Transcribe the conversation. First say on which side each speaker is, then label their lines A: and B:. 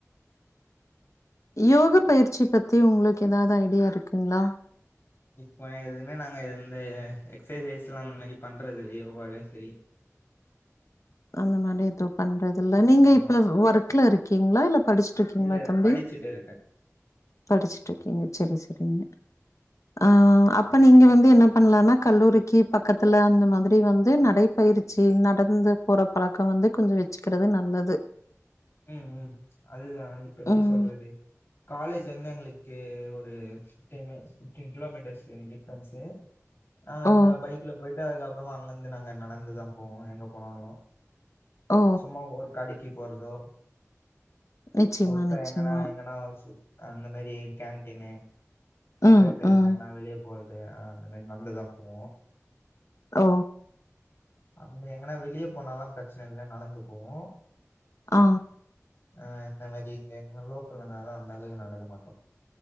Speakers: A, on the left (about 70°); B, on the left (about 50°).
A: யோக பயிற்சி பத் தி உங்களுக்கு எதாது ஐடியா இருக்குங்களா
B: இப்ப எதுமே நாங்க எந்த எக்ஸசைஸ்ல்லா அந்த மாதிரி பண்றது இல்லயே யோகாலா செரி
A: அந்த மாரி எதும் பண்றதில்ல நீங்க
B: ஆமா
A: இப்ப ஒர்க்ல இருக்கீங்களா இல்ல படிச்சிட்டுருக்கீங்களா
B: இல்ல
A: தம்பி
B: படிச்சுட்டு இருக்கே
A: படிச்சிட்டுருக்கீங்க செரி செரிங்க ஆ அப் அப்பற இங்க வந்து என்ன பண்ணலான்னா கல்லூரிக்கி பக்கத்துல அந்த மாதிரி வந்து நடைப்பயிற்சி நடந்து போற பழக்கோ வந்து கொஞ்சோ வச்சிக்கிறது நல்லது
B: ம் ம் அதுதா இப்ப எப்டி
A: ம்.
B: சொல்றது காலேஜ் வந்து எங்களுக்கு ஒரு fifteen minutes fifteen kilometres difference நா அங்க
A: ஓ!
B: பைக்ல போயிட்டு அது அப்பறமா அங்கந்து நாங்க நடந்துதா போவோ எங்க போனாலு
A: ஓ!
B: சும்மா ஒரு கடைக் கி போறதோ
A: நிச்சயமா,
B: <unintelligible>
A: நிச்சயமா.
B: எங்கனா எங்கனா வ சு அந்த மாரி கேன்டீன்னு <unintelligible>
A: ம், ம்.
B: வெளியே போது ஆ அந்த மாரி நடந்துதா போவோ
A: ஒ
B: அந்த எங்கன்னா வெளியே போனாலா பெரச்சன இல்ல நடந்து போவோ
A: ஆ
B: ஆ இந்த மாரி இங்க <unintelligible> அந்த அளவுக்கு நடக்க மாட்டோ